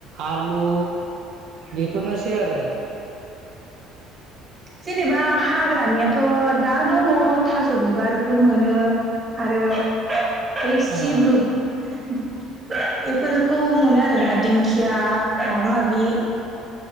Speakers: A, on the right; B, on the right.
A: आलु बेफोरनोसै आरो।
B: जेनोबा हाग्रानियाथ' दा दङ थास' बिबारफोर मोनो आरो बै सिब्रु
A: ओं
B: बेफोरखौ मोनो आरोना दिंखिया माबा माबि